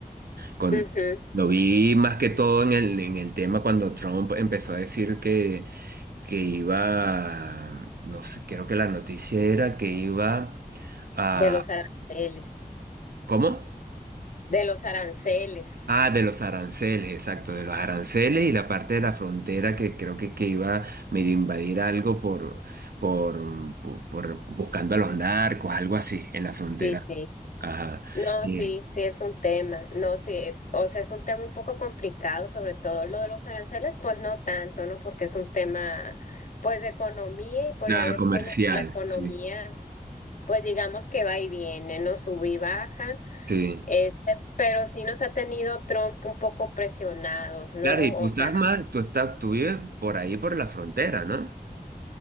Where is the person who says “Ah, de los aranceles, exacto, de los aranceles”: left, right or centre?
Right